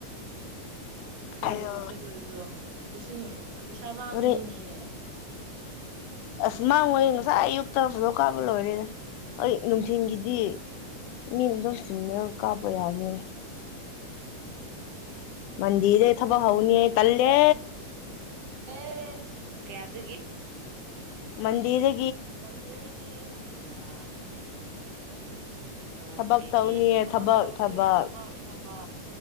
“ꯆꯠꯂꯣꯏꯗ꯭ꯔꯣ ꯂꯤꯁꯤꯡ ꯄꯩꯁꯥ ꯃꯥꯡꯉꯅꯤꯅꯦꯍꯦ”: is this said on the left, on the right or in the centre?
Right